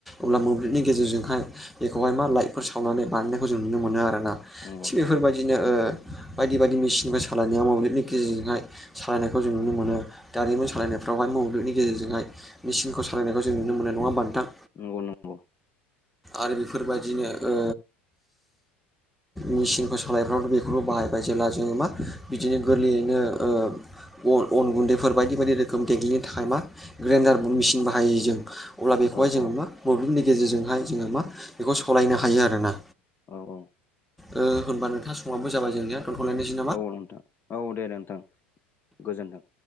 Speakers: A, in the centre; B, on the left.
A: अब्ला मोब्लिबनि गेजेरजोंहाय बेखौहाय मा लाइटफोर सावनानै बानायनायखौ जों नुनो मोनो आरोना।
B: नंगौ
A: थिग
B: नंगौ
A: बेफोरबायदिनो
B: नंगौ
A: ओ बायदि बायदि मेसिनफोर सालायनाया मोब्लिबनि गेजेरजोंहाय सालायनायखौ जों नुनो मोनो दारिमि सालायनायफो बेवहाय मोब्लिबनि गेजेरजोंहाय मेसिनखौ सालायनायखौ जों नुनो मोनो नङा होमबा नोंथां?
B: नंगौ नंगौ।
A: आरो बेफोरबायदिनो ओ मेचिनखौ सालायफ्रावथ' बेखौबो बाहायबाय जेब्ला जोङो मा बिदिनो गोरलैयैनो ओ अन अन गुन्दैफोर बायदि बायदि रो गोम देग्लिनो थाखाय मा ग्रेन्डार मेसिन बाहायो जों अब्ला बेखौहाय
B: औ
A: जोङो
B: औ
A: मा मोब्लिबनि गेजेरजोंहाय जोङो मा बेखौ सलायनो हायो आर ना
B: औ औ।
A: ओ होनबा नोंथां समाबो जाबाय जोंनिया थ'लनाय लायनोसै
B: औ नोंथां औ दे दे नोंथां गोजोन्थों।